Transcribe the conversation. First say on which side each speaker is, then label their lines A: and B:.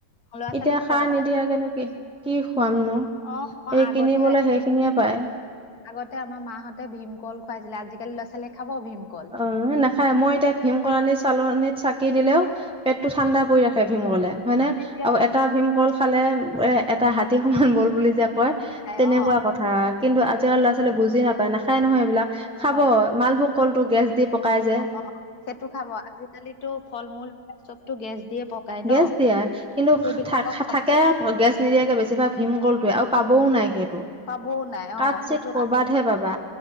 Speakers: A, on the left (about 50°); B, in the centre.
A: ল'ৰা ছোৱালীক
B: এতিয়া
A: খোৱাবা
B: সাৰ নিদিয়া কেনো কি, কি খুৱামনো।
A: অ অ
B: এই
A: আগতে
B: কিনিবলে সেইখিনিয়ে পায়।
A: আগতে আমাৰ মাহঁতে ভীম কল খুৱাইছিলে, আজিকালি ল'ৰা-ছোৱালীয়ে খাব ভীম কল।
B: অঁ নাখায়, মই এতিয়া ভীম চালনিত চাকি দিলেও পেট টো ঠাণ্ডা পৰি ৰাখে ভীম কলে, হয়নে
A: এতিয়াও
B: আৰু এটা ভীম কল খালে এ এটা হাতীৰ সমান বল বুলি যে
A: নাখায়,
B: কয় তেনেকুৱা
A: অ
B: কথা কিন্তু আজিকালি ল'ৰা-ছোৱালী বুজি নাপায়, নাখায় নহয় এইবিলাক।
A: নাখায়
B: খাব মালভোগ কলটো গেছ দি পকাই যে।
A: অ সেইটো খাব, আজিকালিতো ফল-মূল চবতো গেছ দিয়ে পকাই ন'।
B: গেছ দিয়ে কিন্তু
A: সেইবিলাকক
B: থা
A: খাব
B: থাকে গেছ নিদিয়াকে বেছিভাগ ভীমকলটোৱে আৰু পাবও নাই সেইটো।
A: পাবও নাই
B: কাট
A: অঁ, সেইটো
B: চিত কৰবাতহে
A: আগ
B: পাবা